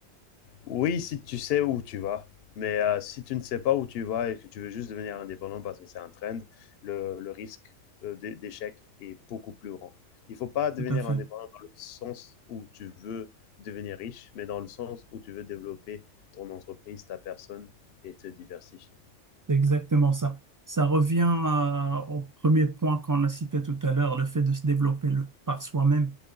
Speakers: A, on the left; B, on the right.
A: Oui, si tu sais où tu vas. Mais euh, si tu ne sais pas où tu vas et que tu veux juste devenir indépendant parce que c'est un trend, le, le risque euh, d'échec est beaucoup plus grand. Il ne faut pas devenir
B: Tout à fait.
A: indépendant dans le sens où tu veux devenir riche, mais dans le sens où tu veux développer ton entreprise, ta personne et te diversifier.
B: C'est exactement ça. Ça revient à- au premier point qu'on a cité tout à l'heure, le fait de se développer le- par soi-même,